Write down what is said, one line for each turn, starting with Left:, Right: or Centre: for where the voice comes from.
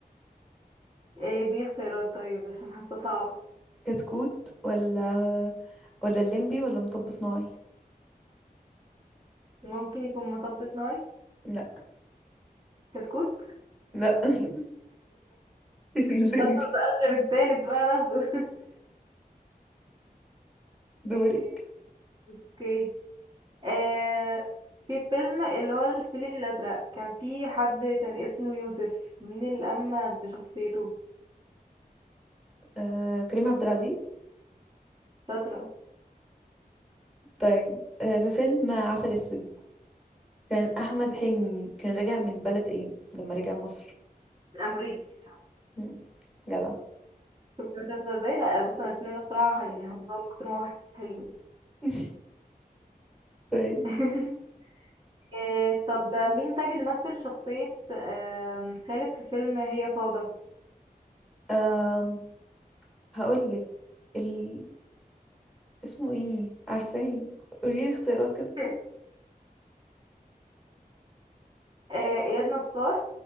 Right: ايه دي اختيارات طيب عشان حاسه صعب
Centre: كتكوت ولا ولا الليمبي ولا مطب صناعي
Right: ممكن يكون مطب صناعي
Centre: لا
Right: كتكوت
Centre: لا <laughs> الليمبي
Right: خلاص مبقاش غير التالت بقى ناخده
Centre: دورك
Right: <laughs> إيه، اوكي إيه في فيلم اللي هو الفيل الأزرق كان في حد كان اسمه يوسف مين اللي قام بشخصيته
Centre: آه كريم عبد العزيز
Right: شاطرة
Centre: طيب آه في فيلم عسل اسود كان احمد حلمي كان راجع من بلد ايه لما رجع مصر
Right: أمريكي
Centre: مم، جدع
Right: شفت أنا شاطرة ازاي لا بص أنا الفيلم ده بصراحة يعني حافظاه من كتر ما هو حلو
Centre: <laughs> طيب
Right: <laughs> آه، طب مين طيب اللي مثل شخصية آم، خالد في فيلم هي فوضى
Centre: أم هقول لك ال... اسمه ايه عارفاه قولي لي اختيارات كده
Right: <laughs> آه، إياد نصار